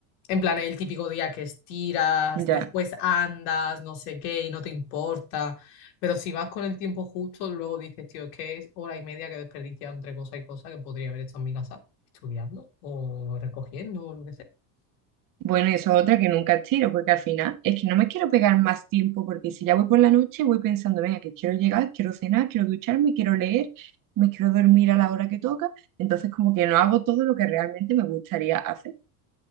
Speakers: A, on the left; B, on the right.
A: En plan, es el típico día que estiras,
B: Ya,
A: después andas, no sé qué, y no te importa. Pero si vas con el tiempo justo, luego dices, tío, es que es hora y media que he desperdiciado entre cosas y cosas que podría haber estado en mi casa estudiando o recogiendo o lo que sea.
B: Bueno, y eso es otra que nunca tiro, porque al final es que no me quiero pegar más tiempo, porque si ya voy por la noche, voy pensando, venga, que quiero llegar, quiero cenar, quiero ducharme, quiero leer, me quiero dormir a la hora que toca, entonces como que no hago todo lo que realmente me gustaría hacer.